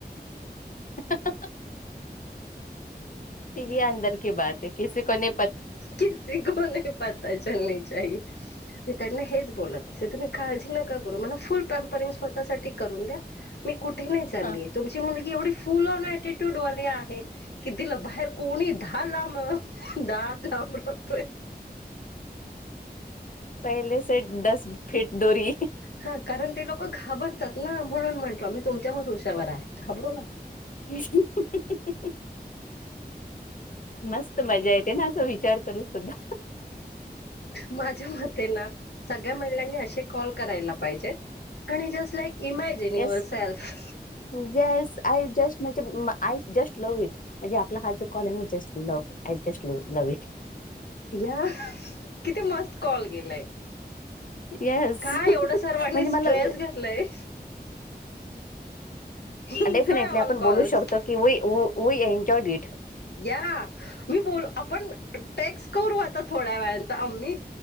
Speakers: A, on the left; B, on the left.
A: हा हा य अंदर की बाात ह कीसी को न
B: कसी को नाही पता चलणे चाहिए मितना हेज मी त्यांना बोलत आहे तुम्ही काळजी नका करू मला फुल पम्या पर्यंत करून द्या कुठे नाही चालली
A: हा
B: आहे तुमची मुलगी एवढी फुल एटीट्यूड वाली आहे की दिलं बाहेर कोणी दा ला म नामपतय
A: पहिले से दस फेट दोरी
B: हा कारण ते लोक घाबरतात ना म्हणून म्हटलं मी तुमच्या भर उशावर आहे घाबरू नका
A: हा हा मस्त मजा येते ना असं विचार करू सुद्धा
B: माझ्या मते ना सगळ्या महिलांनी असे कॉल करायला पाहिजेत आणि just like imagine your
A: yes
B: self
A: yes I just म्हणजे आई जस्ट लव्ह इट म्हणजे आपला हा जो call just love a just love it
B: या किती मस्त कॉल गेलाय
A: येस
B: काय
A: म्हणजे
B: एवढं सर्वांनी स्ट्रेस
A: मला
B: घेतलंय एन्जॉय
A: डेफिनेटली
B: ऑल
A: आपण
B: कॉल्स
A: बोलू शकतो की व एनजॉइड इट
B: या मी बोल आपण टॅक्स करू आता थोड्या वेळ आम्मी